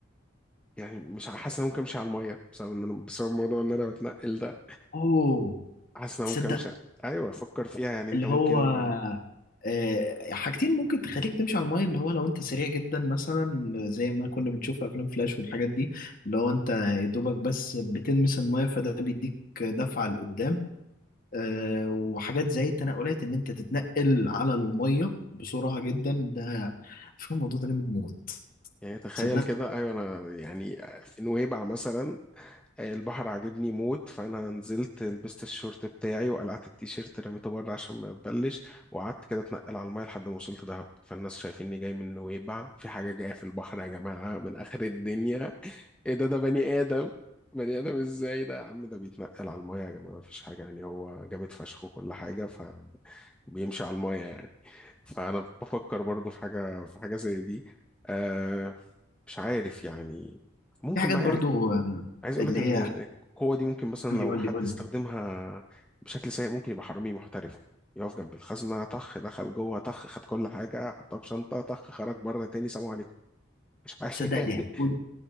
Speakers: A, in the centre; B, on the left.
A: يعني مش ع- حاسس ان أنا ممكن امشي على المية بسبب ان انا بسبب موضوع ان انا بتنقل ده
B: اوه
A: حاسس ان أنا
B: تصدق
A: ممكن امشي ايوه فكر فيها يعني انت
B: اللي
A: ممكن
B: هو آه، حاجتين ممكن تخليك تمشي على المايه اللي هو لو انت سريع جدا مثلا زي ما كنا بنشوف في افلام فلاش والحاجات دي اللي هو انت يا دوبك بس بتلمس المايه فده بيديك دفعه لقدام آه، وحاجات زي التنقلات ان انت تتنقل على الميه بسرعه جدا ده على فكره الموضوع ده جامد موت
A: يعني تخيل
B: تصدق
A: كده ايوه انا يعني في نويبع مثلا البحر عاجبني موت فانا نزلت لبست الشورت بتاعي وقلعت التيشيرت رميته بره عشان ما يتبلش وقعدت كده اتنقل على الميه لحد ما وصلت دهب فالناس شايفيني جاي من نويبع في حاجه جايه في البحر يا جماعه من اخر الدنيا ايه ده ده بني ادم بني ادم ازاي ده يا عم ده بيتنقل على المايه يا جماعه مفيش حاجه يعني هو جامد فشخ وكل حاجه فبيمشي على المايه يعني فانا بفكر برضو في حاجه في حاجه زي دي آه مش عارف يعني ممكن
B: في حاجات
A: بقى
B: برضو آه،
A: عايز اقول
B: اللي
A: لك ان
B: هي
A: القوه دي ممكن مثلا
B: قول
A: لو
B: لي قول
A: حد
B: لي قول
A: استخدمها
B: لي
A: بشكل سيء ممكن يبقى حرامي محترف يقف جنب الخزنه طخ دخل جوه طخ خد كل حاجه حطها في شنطه طخ خرج بره تاني سلام عليكم مش حاجه
B: تصدق
A: <laughs> يعني
B: دي هتكون